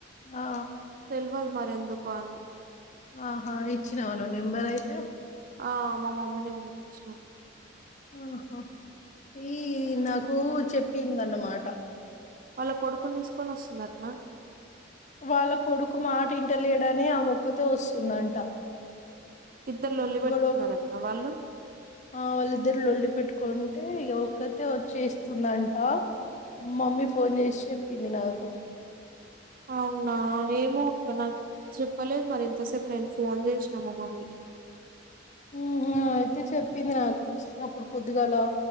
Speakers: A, on the left (about 40°); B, on the right (about 45°).
A: ఆ
B: తెల్వద్ మర్ ఎందుకో అని
A: ఆహా ఇచ్చినావా నువ్ నెంబర్ అయితే
B: ఆ మా మమ్మీ నెంబర్ ఇచ్చిన
A: ఆహా ఈ నాకు చెప్పిందన్నమాట
B: వాళ్ళ కొడుకుని తీసుకొని వస్తుందటనా
A: వాళ్ళ కొడుకు మాట ఇంట లేడనే ఆమె ఒకతె వస్తుందంట
B: ఇద్దరు లోళ్లి పెట్టుకున్నార
A: గొడవ
B: అక్క వాళ్ళు
A: ఆ వాళ్ళిద్దరులోల్లి పెట్టుకుంటే ఇక ఒక్కతే వచ్చేస్తుందంటా మమ్మీ ఫోన్ చేసి చెప్పింది నాకు
B: అవునా ఏమో అక్క నాకు చెప్పలేదు మరి ఇంతసేపు నేను ఫోన్ చేసినా మా మమ్మీకి
A: ఉంహు అయితే చెప్పింది నాకు అప్పుడు పొద్దుగాలా